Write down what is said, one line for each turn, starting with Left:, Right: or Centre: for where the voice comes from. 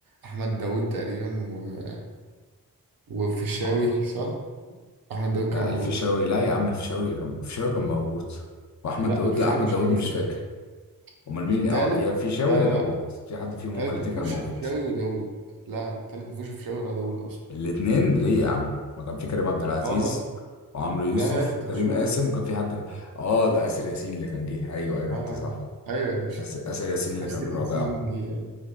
Right: احمد داوود تقريبا و... وفيشاوي
Left: اه
Right: صح احمد داوود كان
Left: لا
Right: موجود
Left: الفيشاوي لا يا عم الفيشاوي الفيشاوي كان موجود واحمد
Right: لا
Left: داوود
Right: الفيشاوي
Left: لا احمد
Right: مش
Left: داوود
Right: موجود
Left: مش
Right: في
Left: فاكر
Right: الجزء
Left: امال مين
Right: الثالث
Left: اه، يا الفيشاوي
Right: لا لا
Left: يا داوود
Right: لا
Left: في حد فيهم
Right: الثالث
Left: هما الاتنين
Right: ما فيهوش
Left: كانوا موجود
Right: الفيشاوي وداوود لا الثالث ما فيهوش الفيشاوي ولا داوود اصلا
Left: الاتنين ليه يا عم ما كان في كريم عبد العزيز
Right: اه والله
Left: وعمرو يوسف
Right: لا لا افتح
Left: وكريم
Right: شوف
Left: قاسم وكان في حد كان- اه ده اسر ياسين اللي كان جه ايوه ايوه
Right: لا
Left: انت صح
Right: ايوه يا باشا
Left: أس- اسر ياسين اللي
Right: احسن
Left: كان رابعه
Right: 20 جيجا